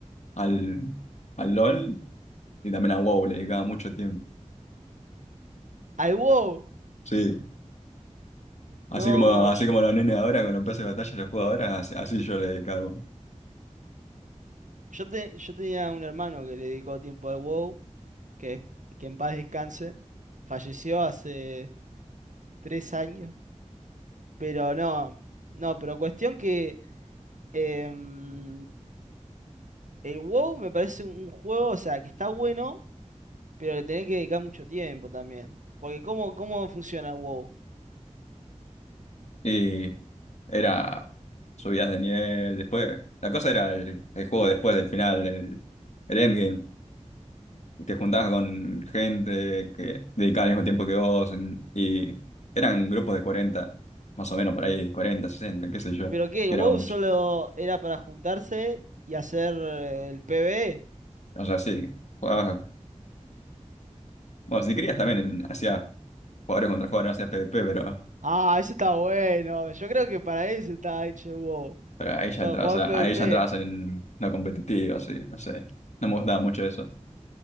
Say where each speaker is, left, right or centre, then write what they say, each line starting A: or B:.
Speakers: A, on the left; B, on the right.
A: al, al LOL y también a WoW, le dedicaba mucho tiempo.
B: Al WoW.
A: Sí, así
B: No,
A: como, así
B: yo,
A: como los nenes ahora con los pases de batalla los juego ahora, así, así yo le dedicaba. al WoW.
B: yo, te- yo tenía un hermano que le dedicó tiempo al WoW, que, que en paz descanse. Falleció hace tres años. Pero no, no, pero cuestión que em, el WoW me parece un, un juego, o sea, que está bueno, pero le tenés que dedicar mucho tiempo también. Porque ¿cómo, cómo funciona el WoW?
A: Y era subidas de nivel, después, la cosa era el, el juego después del final, el, el endgame. te juntabas con gente que dedicaba el mismo tiempo que vos en- y eran grupos de 40 más o menos por ahí, 40 60 qué sé yo,
B: ¿Pero qué? ¿El
A: era
B: WoW
A: mucho.
B: solo era para juntarse y hacer eh, el PvE?
A: O sea, sí, jugabas, bueno, si querías también en- hacías jugadores contra jugadores, no hacías PvP, pero,
B: Ah, eso está bueno. Yo creo que para eso está hecho el WoW.
A: pero ahí ya
B: Para
A: entrabas,
B: jugar
A: a-
B: PvP.
A: ahí ya entrabas en no competitivo, así, no sé, no me gustaba mucho eso.